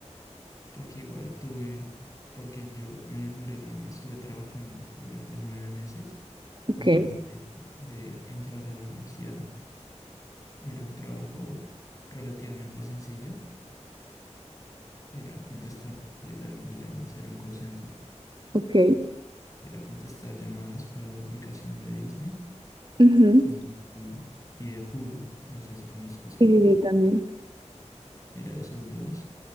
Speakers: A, on the left; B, on the right.
A: Porque igual tuve, porque yo me demoré también, estuve trabajando durante nueve meses
B: Ok,
A: antes de, de entrar a la universidad. Era un trabajo relativamente sencillo era contestar, literalmente llamadas, era un call center.
B: ok.
A: Era contestar llamadas para la aplicación de Disney
B: ujú,
A: y, y, y de Hulu. No sé si conozcas
B: Sí,
A: Hulu.
B: sí, sí, también.
A: Era de esos dos.